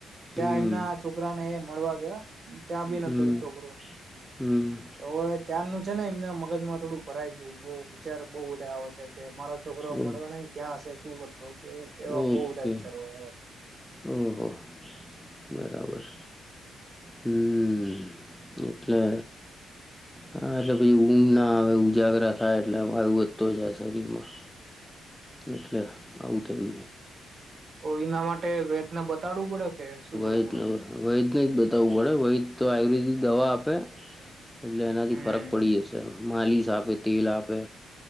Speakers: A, on the right; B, in the centre.
A: ત્યાં
B: હમ
A: એમના છોકરાને એમ. મળવા ગયા ત્યાં બી
B: હમ
A: નતો ઈ છોકરો
B: હમ
A: તો ત્યાં નું. છે ને એમના મગજ માં થોડું ભરાઈ ગયું બહ વિચાર બહુ વધારે આવ છે. કે મારો છોકરો
B: ઓ
A: મળ્યો ન ક્યાં હશે શું કર તો છે એવા
B: ઓકે
A: બહુ બધા વિચારો હોય હવે.
B: ઓહો બરાબર હમ એટલે. હા એટલે પછી ઊંગ ના આવે ઉજાગરા થાય એટલે વાયુ વધતો જાય શરીરમાં. એટલે આવું તો એ.
A: તો એના માટે વેદના બતાડવું પડે. કે શું
B: વૈદ
A: કરવું
B: ન
A: પડે
B: વૈદ નેજ બતાવવું પડે વૈદ તો આયુર્વેદિક દવા આપે. એટલે એનાથી
A: હમ
B: ફરક પડી જશે માલિશ આપે તેલ આપે.